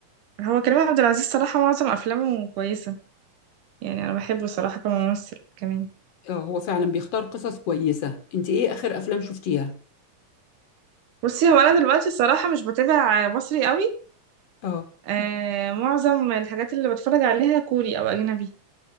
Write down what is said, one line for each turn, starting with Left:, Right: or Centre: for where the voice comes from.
Right: هو كريم عبد العزيز صراحة معظم أفلامه كويسة يعني أنا بحبه صراحة كممثل كمان
Left: آه هو فعلا بيختار قصص كويسة أنت إيه آخر أفلام شفتيها؟
Right: بصي هو أنا دلوقتي الصراحة مش بتابع مصري قوي
Left: آه
Right: آه معظم الحاجات اللي بتفرج عليها كوري أو أجنبي